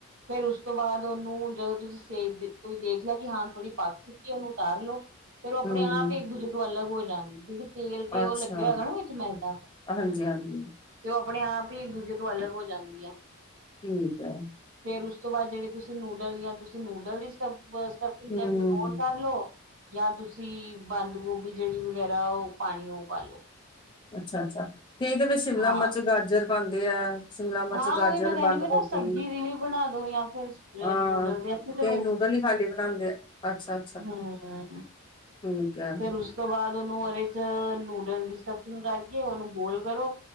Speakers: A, on the right; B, on the left.
A: ਫਿਰ ਉਸ ਉਸ ਤੋਂ ਬਾਅਦ ਉਹਨੂੰ ਜਦੋਂ ਤੁਸੀਂ ਸੇਕ ਤੁਹੀਂ ਦੇਖ ਲਿਆ ਕਿ ਹਾਂ ਥੋੜੀ ਪੱਕ ਚੁੱਕੀ ਉਹਨੂੰ ਉਤਾਰ ਲੋ ਫਿਰ ਉਹ ਆਪਣੇ
B: ਹੂੰ,
A: ਆਪ ਹੀ ਇੱਕ ਦੂਜੇ ਤੋਂ ਅਲੱਗ ਹੋ ਜਾਂਦੇ ਠੀਕ ਐ। ਤੇਲ ਤੇ ਉਹ
B: ਅੱਛਾ,
A: ਲੱਗਿਆ ਹੋਏਗਾ ਨਾ ਵਿੱਚ ਮੈਦਾ
B: ਹਾਂਜੀ-ਹਾਂਜੀ,
A: ਤੇ ਉਹ ਆਪਣੇ ਆਪ ਹੀ ਇੱਕ ਦੂਜੇ ਤੋਂ ਅਲੱਗ ਹੋ ਜਾਂਣਦੀਆਂ।
B: ਠੀਕ ਐ।
A: ਫੇਰ ਉਸ ਤੋਂ ਬਾਅਦ ਜਿਹੜੀ ਤੁਸੀਂ ਨੂਡਲ ਜਾਂ ਤੁਸੀਂ ਨੂਡਲ ਦੀ ਸਟਫ ਸਟ ਸਟਫਿੰਗ
B: ਹੂੰ,
A: ਕਰਨੀ, ਹੋਲ ਕਰ ਲਓ। ਜਾਂ ਤੁਸੀਂ ਬੰਦ ਗੋਭੀ ਜਿਹੜੀ ਵਗੈਰਾ ਉਹ ਪਾਣੀ ਉਹ ਪਾ ਲਓ।
B: ਅੱਛਾ-ਅੱਛਾ, ਤੇ ਇਹਦੇ ਵਿੱਚ ਸ਼ਿਮਲਾ
A: ਹਾਂ।
B: ਮਿਰਚ, ਗਾਜਰ ਪਾਂਦੇ ਆ। ਸ਼ਿਮਲਾ ਮਿਰਚ,
A: ਹਾਂ
B: ਗਾਜਰ,
A: ਉਹੀ ਮੈਂ ਕਹਿੰਦੀ
B: ਬੰਦ
A: ਪਈ ਨਾ
B: ਗੋਭੀ
A: ਸਬਜ਼ੀ ਦੀ ਵੀ ਬਣਾ ਦੋ ਜਾਂ ਫਿਰ
B: ਅਹ
A: ਨੂਡਲ ਦੇ ਅਸੀਂ ਤੇ
B: ਕਈ ਨੂਡਲ ਹੀ ਖਾਲੀ ਬਣਾਦੇ ਆ, ਅੱਛਾ
A: ਹੂੰ-ਹੂੰ।
B: ਠੀਕ ਐ।
A: ਉਸ ਤੋਂ ਬਾਅਦ ਉਹਨੂੰ ਉਹਦੇ ਚ ਨੂਡਲ ਦੀ ਸਟਫਿੰਗ ਕਰਕੇ ਉਹਨੂੰ ਗੋਲ ਕਰੋ।